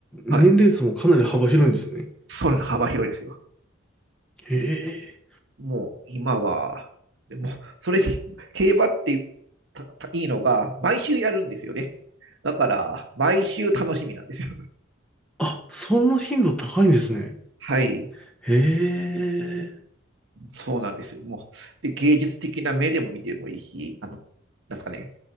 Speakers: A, on the right; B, in the centre.
A: はい。
B: 年齢層もかなり幅広いんですね。
A: それの幅広いですよ。
B: へえ。
A: もう今は、でもうそれに、競馬ってたたいいのが、毎週やるんですよね。だから、毎週楽しみなんですよ。
B: あ、そんな頻度高いんですね。
A: はい。
B: へえ。
A: そうなんですよ。もう、で、芸術的な目でも見てもいいし、あの、なんすかね、